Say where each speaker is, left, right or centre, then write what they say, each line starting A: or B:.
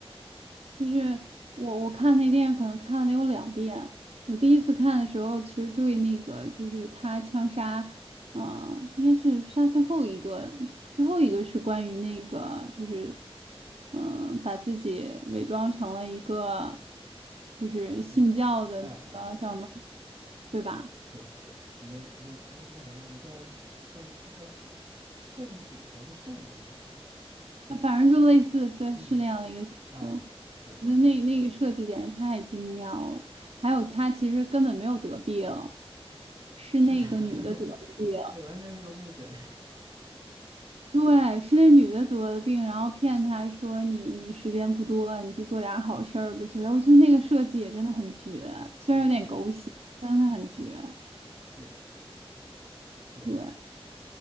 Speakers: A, on the right; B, on the right.
A: 就是我我看那电影可能看了有两遍。我第一次看的时候，其实对那个就是他枪杀，呃，应该是杀最后一个，最后一个是关于那个就是嗯、呃把自己伪装成了一个就是信教的那个叫什么，
B: 那个，呃呃，对
A: 对吧？
B: 对对，一个一个一个叫什么来着？叫叫他叫什么？圣主还是圣人什么的？
A: 反正就类似，对，
B: 嗯
A: 是那样的一个角色。
B: 啊，
A: 我觉得那那个设计简直太精妙了，
B: 对。
A: 还有她其实根本没有得病，
B: <laughs>
A: 是那个女的得了病，
B: 是的，<laughs> 对，完全是个误诊。
A: 对，是那女的得了病，然后骗她说你你时间不多了，你去做点儿好事儿吧之类。我觉得那个设计也真的很绝，
B: <laughs>
A: 虽然有点狗血，
B: 是的，是的，
A: 真的很绝。
B: 是的，对，
A: 对，